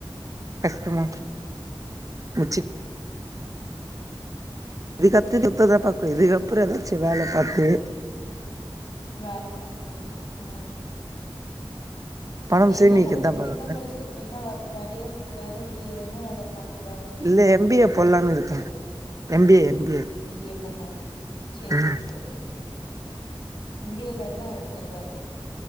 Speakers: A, on the right; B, on the left.
A: கஷ்டமா முச்சிட் இது கத்து மத்ததா பாக்க இதுக்கப்றோ ஏதாச்சு வேல பாத்து
B: வேல பாத்து ம்
A: பணம்
B: ம்
A: சேமிக்கதா
B: என்னா படிச்சு
A: பாக்கனு
B: பி கம் படிச்சுட்டு இப்ப என்னா வேலயா செய் வேல செய்ய என்ன வேல பாக்குறதா
A: அடுத்து எம் பி ஏ போலான்னு இருக்கே M B A B
B: M B A பண்ண சேரி
A: ம்
B: சேரி ஓகே எம் பி ஏ ல என்ன எடுக்கிறதா இருக்கு